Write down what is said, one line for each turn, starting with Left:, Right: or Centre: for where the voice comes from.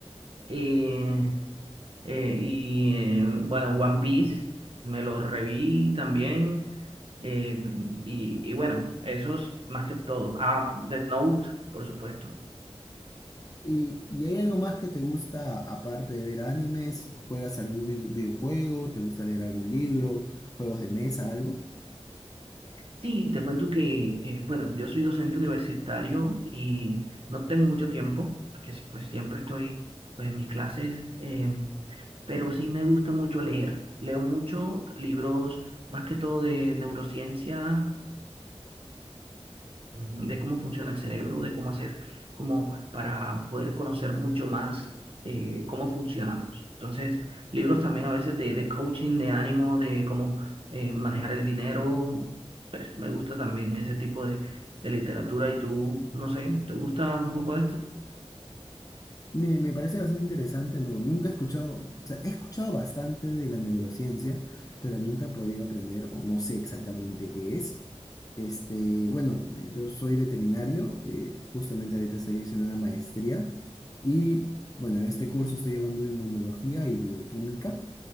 Right: eh, eh, y eh, bueno, One Piece me lo reví también. eh, y, y bueno, esos más que todo. Ah, Death Note, por supuesto.
Left: ¿Y, y hay algo más que te gusta aparte de ver animes? ¿Juegas algún vi- videojuego? ¿Te gusta leer algún libro? ¿Juegos de mesa? ¿Algo?
Right: Sí, te cuento que, eh, bueno, yo soy docente universitario y no tengo mucho tiempo, porque s- pues siempre estoy pues, en mis clases, eh, pero sí me gusta mucho leer. Leo mucho libros, más que todo de neurociencia, de cómo funciona el cerebro, de cómo hacer, como para poder conocer mucho más eh, cómo funcionamos. Entonces, libros también a veces de, de coaching, de ánimo, de cómo eh, manejar el dinero, pues me gusta también ese tipo de, de literatura. Y tú, no sé, ¿te gusta un poco de esto?
Left: Me, me parece bastante interesante, no, nunca he escuchado, o sea, he escuchado bastante de la neurociencia, pero nunca he podido aprender o no sé exactamente qué es. Este, bueno, eh, yo soy veterinario, eh, justamente ahorita estoy haciendo una maestría y bueno, en este curso estoy llevando inmunología y bioquímica,